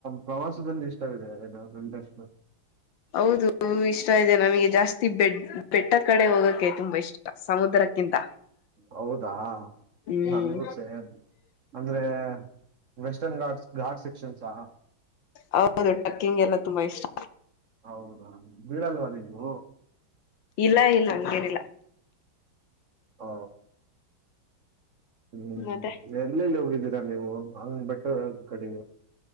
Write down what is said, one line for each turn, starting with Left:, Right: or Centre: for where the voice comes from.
Right: ಪ್ರವಾಸದಲ್ಲಿ ಇಷ್ಟ ಇದೆ ಟ
Left: ಹೌದು ಇಷ್ಟ ಇದೆ ನಮಗೆ ಜಾಸ್ತಿ ಬೆ ಬೆಟ್ಟದ ಕಡೆ ಹೋಗಕ್ಕೆೆ ತುಂಬಾ ಇಷ್ಟ ಸಮುದ್ರಕ್ಕಿಂತ
Right: ಹೌದಾ
Left: ಹ್ಮ್
Right: ನನ್ಗೂ ಸೇ ಅಂದ್ರೆ ವೆಸ್ಟರ್ನ್ ಗಘಾಟ್ಸ್ ಗಾರ್ಟ್ಸ್ ಸೆಕ್ಷನ್ಸ್ಹಾ
Left: ಹೌದು ಟ್ರಕ್ಕಿಂಗ್ ಎಲ್ಲ ತುಂಬಾ ಇಷ್ಟ
Right: ಹೌದಾ ಬೀಳಲ್ವ ನೀವು
Left: ಇಲ್ಲ ಇಲ್ಲ ಹಂಗೇನಿಲ್ಲ
Right: ಹಾ ಹ್ಮ್
Left: ಮತ್ತೆ
Right: ಎಲ್ ಎಲ್ ಹೋಗಿದಿರಿ ಇಲ್ಲ ನೀವು ಹಂಗ್ ಬೆಟ್ಟ ಕಡಿ